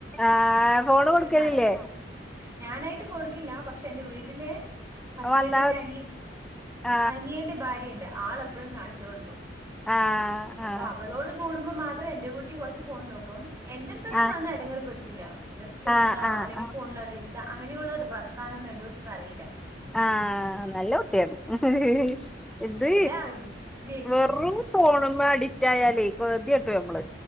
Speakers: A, in the centre; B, on the right.
A: ആഹ് ഫോണ്
B: പക്ഷെ
A: കൊടുക്കലില്ലേ
B: നടക്കണ്ടെ ഞാനായിട്ട് കൊടുക്കില്ല പക്ഷെ എന്റെ വീട്ടില് ഹസ്ബൻഡിന്റെ
A: വന്നാ
B: അനി
A: ആ
B: അനിയന്റെ ഭാര്യ ഉണ്ട് ആളെപ്പോഴും കാണിച്ചു കൊടുക്കും
A: ആ
B: അപ്പൊ
A: ആ
B: അവളോട് കൂടുമ്പോ മാത്രം എന്റെ കുട്ടി കുറച്ച് ഫോൺ നോക്കും എന്റെറടുത്തൊന്നും
A: ആ
B: വന്ന ഇടങ്ങേറ്പ്പെടുത്തില്ല എന്റെറ അടുത്ത് ഫോണതാ
A: ആ ആ
B: അല്ലെങ്കിൽ
A: ആ
B: ഫോണിൽ അതി വെച്ചതാ അങ്ങനെയുള്ള വർത്താനം ഒന്നും എന്റെ കുട്ടി പറയില്ല
A: ആ നല്ല കുട്ടിയാണ് ഹ ഹ ഹെഇത്
B: എല്ലാ ജെ
A: വെറും ഫോണുമ്മേഅഡിക്റ്റ് ആയാല് പൊറുതി കെട്ട് പോയി നമ്മള്